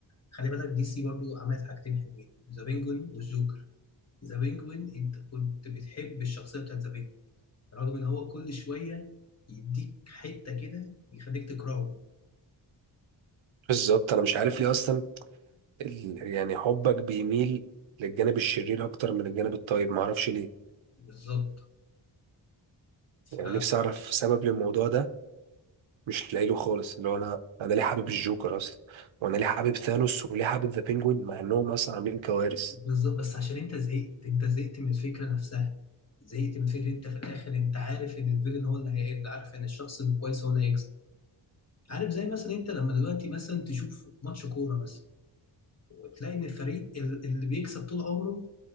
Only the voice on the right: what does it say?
بالظبط أنا مش عارف ليه أصلا ال... يعني حبك بيميل للجانب الشرير اكتر من الجانب الطيب معرفش ليه
يعني نفسي اعرف سبب للموضوع ده مش لاقيله خالص اللي هو انا انا ليه حابب الجوكر اصلا وانا ليه حابب ثانوس وليه حابب ذا بينجوين مع انهم اصلا عاملين كوارث